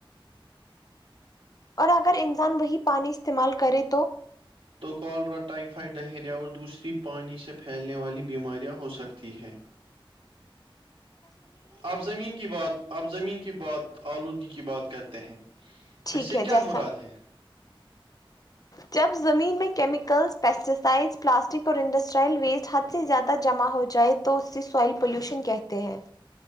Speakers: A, on the left; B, on the right.
A: اور اگر انسان وہی پانی استعمال کرے تو
B: تو کالرا ٹائفائڈ ڈہیریا اور دوسری پانی سے پھیلنے والی بیماریاں ہو سکتی ہے آپ زمین کی بات آپ زمین کی بات آلودگی کی بات کرتے ہیں
A: ٹھیک
B: اس سے
A: ہے
B: کیا
A: جیسا
B: مراد ہے
A: جب زمین میں کیمیکلس پیسٹیسائڈس پلاسٹک اور انڈسٹرائل ویسٹ حد سے زیادہ جمع ہو جائے تو اس سے سوائل پولیوشن کہتے ہیں